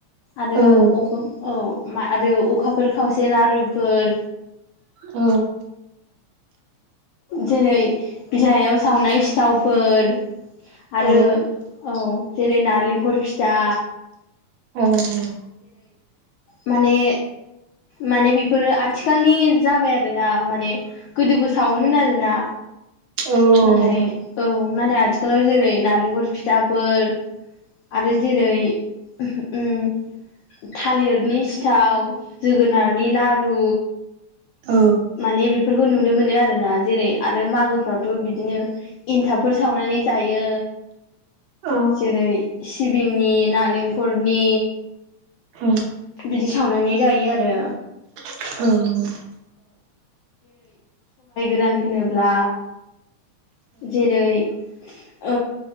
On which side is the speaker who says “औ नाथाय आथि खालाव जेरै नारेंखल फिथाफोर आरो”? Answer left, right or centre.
Left